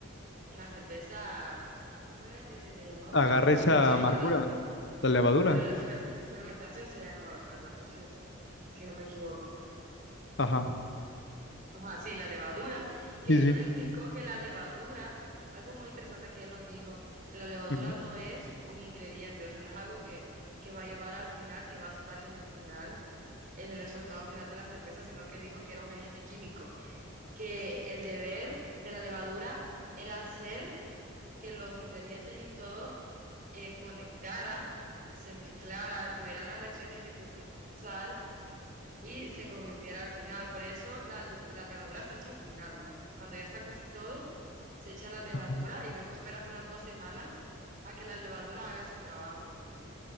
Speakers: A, on the right; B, on the left.
A: la cerveza, ¿cómo era que se le llamaba?
B: Agarra
A: La fermentación,
B: esa amargura,
A: ¿verdad?
B: la levadura.
A: Pero fer- fermentación se llama, ¿verdad? Es eso, si no me equivoco.
B: Ajá.
A: Ajá, sí, la levadura, que
B: Sí,
A: él
B: sí.
A: nos explicó que la levadura, algo muy interesante que él nos dijo, que la levadura
B: ujú.
A: no es un ingrediente, o sea, no es algo que, que va a llevar al final, que va a estar en el final en el resultado final de la cerveza, sino que dijo que era un agente químico, que el deber de la levadura era hacer que los ingredientes y todo eh, conectara, se mezclara, tuvieran las reacciones que tuvieran que pasar y se convirtiera al final. Por eso la, la levadura se echa al final, ¿no? Cuando ya está casi todo, se echa la levadura
B: Ah,
A: y luego esperas unas dos semanas a que la levadura haga su trabajo.